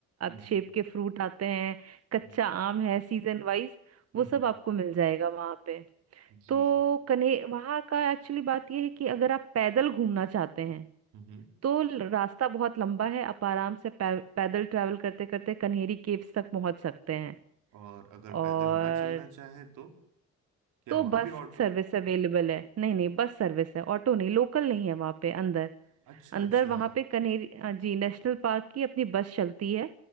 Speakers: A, on the right; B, on the right.
A: हम्म
B: शेप
A: हम्म
B: के फ्रूट आते हैं कच्चा
A: हम्म
B: आम है सीजन वाइज
A: हम्म
B: वो सब
A: हम्म।
B: आपको मिल जाएगा वहां पे
A: जी
B: तो कन्हे वहां का एक्चुअली बात यह है कि अगर आप पैदल घूमना चाहते हैं
A: हम्म
B: तो ल- रास्ता बहुत लंबा है आप आराम से पै, पैदल ट्रैवल करते करते कन्हेरी केव्स तक पहुंच सकते हैं
A: और अगर
B: और
A: पैदल ना चलना चाहे तो क्या
B: तो
A: वहां
B: बस
A: भी ऑटो
B: सर्विस अवेलेबल है नहीं नहीं बस सर्विस है ऑटो नहीं लोकल नहीं है वहां पे अंदर
A: अच्छा अच्छा
B: अंदर वहां पे कन्हेरी हाँ जी नेशनल पार्क की अपनी बस चलती है